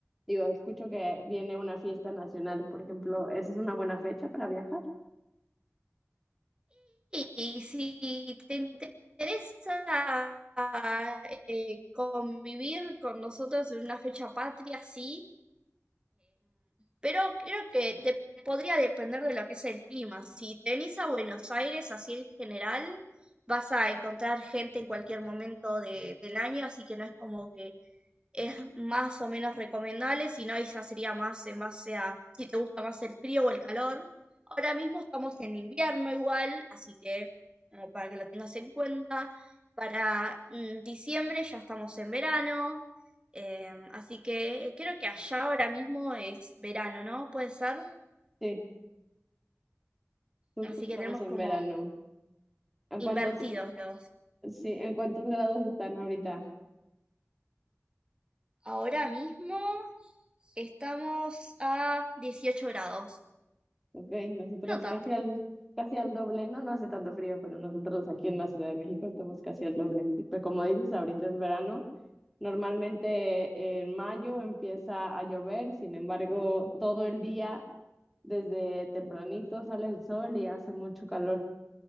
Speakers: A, in the centre; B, on the right.
A: Digo, escucho que viene una fiesta nacional, por ejemplo, ¿esa es una buena fecha para viajar?
B: Y si te interesa eh, convivir con nosotros en una fecha patria, sí, pero creo que de- podría depender de lo que es el clima. Si te venís a Buenos Aires, así en general, vas a encontrar gente en cualquier momento de- del año, así que no es como que es más o menos recomendable, si no, ahí ya sería más en base a si te gusta más el frío o el calor. Ahora mismo estamos en invierno igual, así que como para que lo tengas en cuenta, para mm, diciembre ya estamos en verano, Em, así que eh, creo que allá ahora mismo es verano, ¿no? Puede ser.
A: Sí, justo
B: Así
A: estamos
B: que tenemos
A: en
B: como
A: verano. ¿En
B: invertidos
A: cuántos,
B: los.
A: sí, en cuántos grados están ahorita?
B: Ahora mismo estamos a 18 grados.
A: Ok, nosotros
B: No tanto.
A: casi al, casi al doble, no, no hace tanto frío, pero nosotros aquí en la Ciudad de México estamos casi al doble. Sí, Pero como dices, ahorita es verano. Normalmente en mayo empieza a llover, sin embargo, todo el día, desde tempranito sale el sol y hace mucho calor.